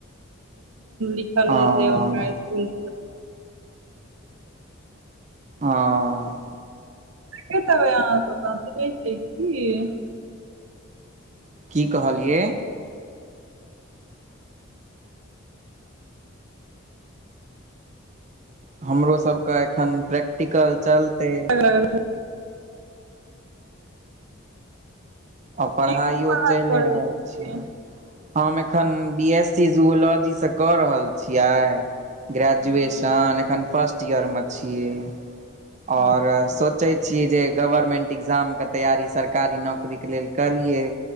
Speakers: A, on the right (about 85°); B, on the right (about 35°).
A: लिखल
B: हँ
A: हेतै हुनका स्कुल
B: आँ
A: के तबै अहाँता छै <unintelligible>
B: की कहलियै हमरो सबके एखन प्रैक्टिकल चलते
A: र <inaudible>
B: आ पढ़ाइओ
A: ठीक पढ़ाइ
B: चैले
A: करै
B: रहल
A: छियै
B: छै हम एखन बी एस सी जुओलॉजीसँ कऽ रहल छियै ग्रेजुएशन
A: हँ
B: एखन फर्स्ट ईयरमे छीयै ओर
A: अच्छा
B: सोचै छियै जे गवर्मेंट एकग्जामके तैयारी सरकारी नौकरीके लेल करियै